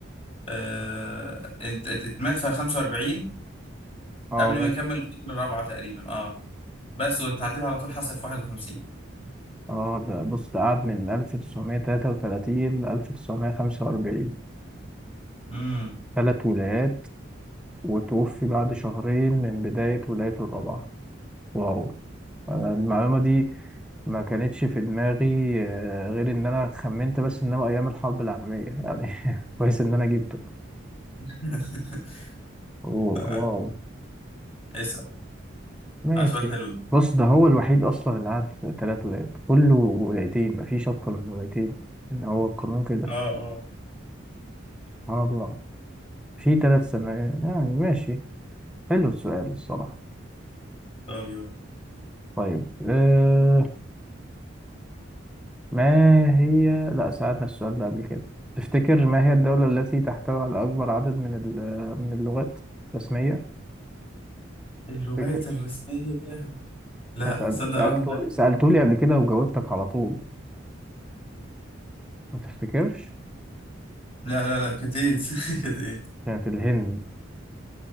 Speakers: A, on the left (about 30°); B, in the centre.
A: آه، ات- ات- اتمات في 45
B: اه
A: قبل
B: ماشي
A: ما يكمل الفترة الرابعة تقريبا اه بس والتعديل على طول حصل في 51
B: اه ده بص ده قعد من 1933 ل 1945
A: امم
B: ثلاث ولايات وتوفي بعد شهرين من بداية ولايته الرابعة واو أنا المعلومة دي ما كانتش في دماغي آه، غير ان انا خمنت بس ان هو ايام الحرب العالمية يعني <laughs> كويس ان انا جبته
A: <laughs>
B: أوه
A: ف-
B: واو
A: اسأل
B: ماشي
A: آه، سؤال حلو ده
B: بص ده هو الوحيد اصلا اللي قعد في ثلاث ولايات كله ولايتين مفيش اكتر من ولايتين يعني هو القانون كده
A: اه اه
B: سبحان الله في ثلاث سنوات يعني ماشي حلو السؤال الصراحة
A: طب يلا
B: طيب أه ما هي لا سألنا السؤال ده قبل كده تفتكر ما هي الدولة التي تحتوي على أكبر عدد من ال- من اللغات الرسمية
A: اللغات
B: تفتكر
A: الرسمية لا
B: أنا سأل-
A: صدق
B: سألته
A: رحمة الله
B: سألتولي قبل كده وجاوبتك على طول ما تفتكرش
A: لا لا لا كانت ايه <laughs> كانت ايه
B: كانت الهند